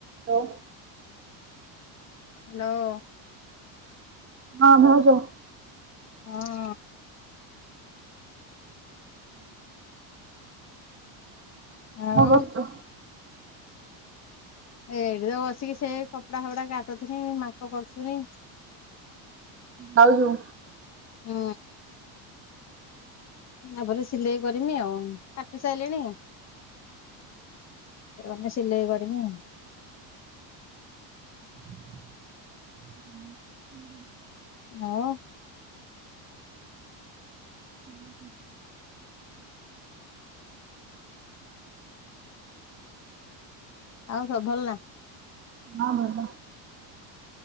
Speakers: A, on the right; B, on the left.
A: Hello.
B: Hello.
A: ହଁ ଭାଉଜ।
B: ହଁ। ଆଉ
A: କଣ କରୁଚୁ।
B: ଏଇଠି ତ ବସିକି ସେ କପଡା ଫପଡା କାଟୁଥିନି ମାପ କରୁଥୁନି।
A: ଖାଉଚୁ।
B: ହୁଁ। ତାପରେ ସିଲେଇ କରିମି ଆଉ କାଟି ସାରିଲିଣି। ଏରା ଏଇନା ସିଲେଇ କରିମି।
A: ହୁଁ ହୁଁ।
B: ମୁଁ।
A: ଉଁ ହୁଁ।
B: ଆଉ ସବୁ ଭଲ ନା?
A: ହଁ ଭଲ।